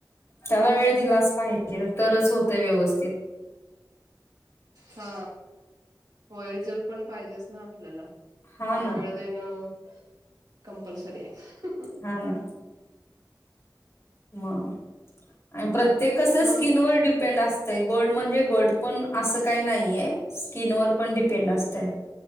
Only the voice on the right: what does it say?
हा ओरिजनल पण पाहिजेच ना आपल्याला
त्या
वेळतं देणं कंपलसरी हाय.
मग